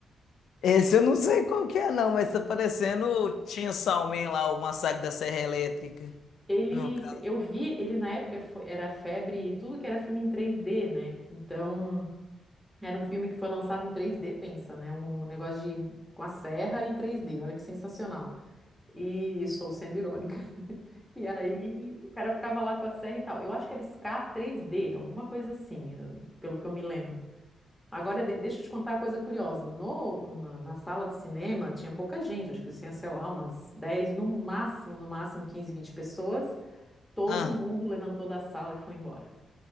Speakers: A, on the left; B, in the centre.
A: Esse eu não sei qual que é, não, mas tá parecendo o Chainsaw Man lá, o Massacre da Serra Elétrica.
B: Ele,
A: No... ca-
B: eu vi, ele na época fo- era febre, e tudo que era filme em 3D, né? Então, era um filme que foi lançado em 3D, pensa, né? Um negócio de, com a serra e 3D, olha que sensacional. E estou sendo irônica. <laughs> E aí o cara ficava lá com a serra e tal. Eu acho que era Scar 3D, alguma coisa assim, eu- pelo que eu me lembro. Agora, de- deixa eu te contar uma coisa curiosa. No, na, na sala de cinema tinha pouca gente, acho que tinha, sei lá, umas 10 no máximo, no máximo 15, 20 pessoas. Todo
A: Ah,
B: mundo levantou da sala e foi embora.